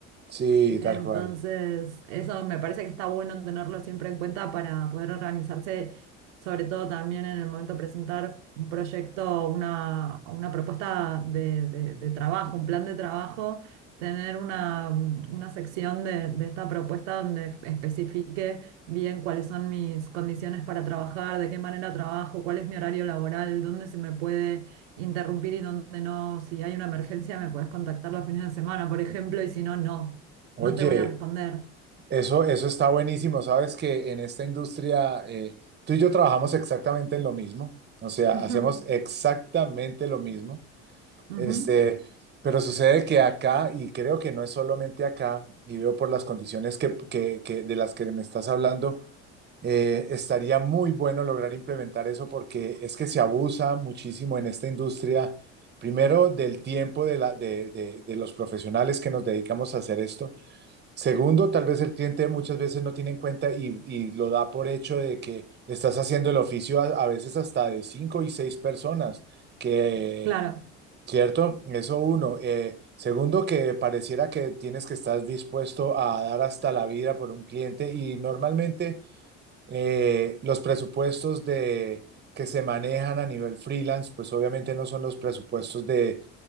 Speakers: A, on the right; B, on the right.
A: Sí,
B: entonces,
A: tal cual.
B: eso me parece que está bueno tenerlo siempre en cuenta para poder organizarse, sobre todo también en el momento de presentar un proyecto, una, una propuesta de, de- de trabajo, un plan de trabajo, tener una, una sección de, de esta propuesta donde especifique bien cuáles son mis condiciones para trabajar, de qué manera trabajo, cuál es mi horario laboral, dónde se me puede interrumpir y dónde no. Si hay una emergencia, me puedes contactar los fines de semana, por ejemplo, y si no, no
A: Oye,
B: no te voy a responder.
A: eso, eso está buenísimo. Sabes que en esta industria, eh, tú y yo trabajamos exactamente en lo mismo. O sea,
B: Ujú,
A: hacemos exactamente lo mismo.
B: ujú,
A: Este, pero sucede que acá, y creo que no es solamente acá, y veo por las condiciones que, que- que- de las que me estás hablando, Eh, estaría muy bueno lograr implementar eso porque es que se abusa muchísimo en esta industria, primero del tiempo de, la- de- de- de los profesionales que nos dedicamos a hacer esto. Segundo, tal vez el cliente muchas veces no tiene en cuenta y, y lo da por hecho de que estás haciendo el oficio a, a veces hasta de cinco y seis personas, que,
B: Claro,
A: ¿cierto? Eso uno. Eh, segundo, que pareciera que tienes que estar dispuesto a dar hasta la vida por un cliente y normalmente... Eh, los presupuestos de, que se manejan a nivel freelance, pues obviamente no son los presupuestos de,